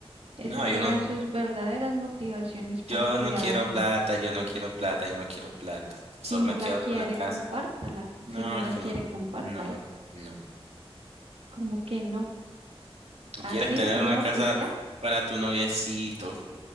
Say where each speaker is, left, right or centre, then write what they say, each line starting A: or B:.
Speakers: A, on the right; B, on the right.
A: Esas
B: no, yo
A: eran
B: no,
A: sus verdaderas motivaciones para
B: yo
A: cuidar
B: no quiero
A: a mamá.
B: plata, yo no quiero plata, yo no quiero plata.
A: Si
B: Solo
A: no
B: me
A: la
B: quedo
A: quiere,
B: con la casa.
A: compártala.
B: No,
A: Si no la
B: es que
A: quiere,
B: no.
A: compártala.
B: No, no.
A: ¿Cómo que no?
B: ¿Tú
A: ¿Así?
B: quieres tener
A: ¿No?
B: una casa
A: ¿Y ya?
B: para tu noviecito?